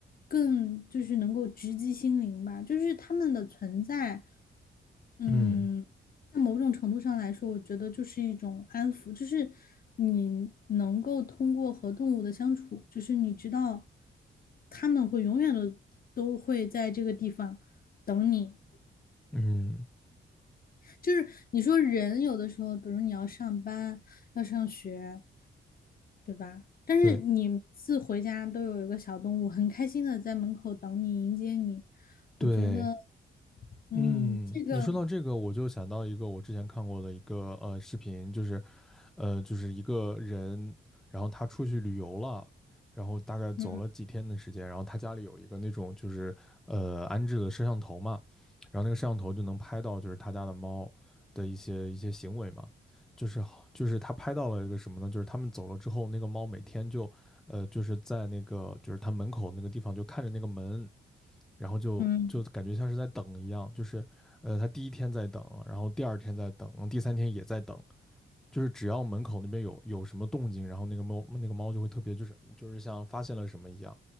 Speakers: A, on the left; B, in the centre.
A: 更就是能够直击心灵吧，就是他们的存在，嗯，
B: 嗯
A: 在某种程度上来说，我觉得就是一种安抚，就是你能够通过和动物的相处，就是你知道他们会永远的都会在这个地方等你。
B: 嗯
A: 就是你说人有的时候，比如你要上班，要上学。对吧？但是你每次回家都有一个小动物，
B: 对
A: 很开心的在门口等你迎接你，
B: 对
A: 我觉得，嗯，
B: 嗯，
A: 这个，
B: 你说到这个，我就想到一个我之前看过的一个呃视频，就是，呃，就是一个人，然后他出去旅游了，然后大概走了几天的时间，
A: 嗯
B: 然后他家里有一个那种就是呃安置的摄像头嘛，然后那个摄像头就能拍到就是他家的猫的一些一些行为嘛，就是好就是他拍到了一个什么呢？就是他们走了之后，那个猫每天就呃就是在那个就是他门口那个地方就看着那个门。然后就就感觉像是在等一样，
A: 嗯，
B: 就是呃，他第一天在等，然后第二天在等，第三天也在等，就是只要门口那边有有什么动静，然后那个猫那个猫就会特别就是就是像发现了什么一样，